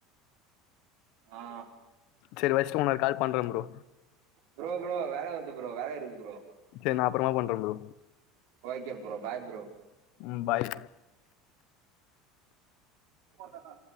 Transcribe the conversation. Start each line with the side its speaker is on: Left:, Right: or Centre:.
Right: ஆ
Left: சரி வச்சுட்டு உன்னொரு கால் பண்றே ப்ரோ
Right: ப்ரோ ப்ரோ வேல வருது ப்ரோ வேல இருக்து ப்ரோ
Left: சேரி நா அப்புறமா பண்றே bro
Right: okay bro bye bro
Left: ம் பாய்
Right: போட்டனா